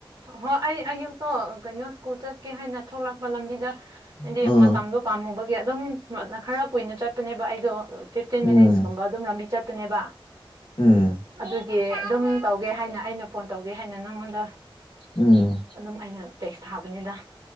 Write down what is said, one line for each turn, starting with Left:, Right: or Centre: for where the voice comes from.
Right: ꯍꯣꯏ ꯑꯩ ꯑꯌꯨꯛꯇꯣ ꯀꯩꯅꯣ ꯁ꯭ꯀꯨꯜ ꯆꯠꯀꯦ ꯍꯥꯏꯅ ꯊꯣꯛꯂꯛꯄ ꯂꯝꯕꯤꯗ ꯍꯥꯏꯗꯤ
Left: ꯎꯝ
Right: ꯃꯇꯝꯗꯣ ꯄꯥꯝꯃꯨꯕꯒꯤ ꯑꯗꯨꯝ ꯃ ꯅ ꯈꯔ ꯀꯨꯏꯅ ꯆꯠꯄꯅꯦꯕ ꯑꯩꯗꯣ ꯐꯤꯐꯇꯤꯟ
Left: ꯎꯝ
Right: ꯃꯤꯅꯤꯠꯁꯀꯨꯝꯕ ꯑꯗꯨꯝ ꯂꯝꯕꯤ ꯆꯠꯄꯅꯦꯕ
Left: ꯎꯝ
Right: ꯑꯗꯨ ꯒꯤ ꯑꯗꯨꯝ ꯇꯧꯒꯦ ꯍꯥꯏꯅ ꯑꯩꯅ ꯐꯣꯟ ꯇꯧꯒꯦ ꯍꯥꯏꯅ ꯅꯪꯉꯣꯟꯗ
Left: ꯎꯝ
Right: ꯑꯗꯨꯝ ꯑꯩꯅ ꯇꯦꯛꯁ ꯊꯥꯕꯅꯤꯗ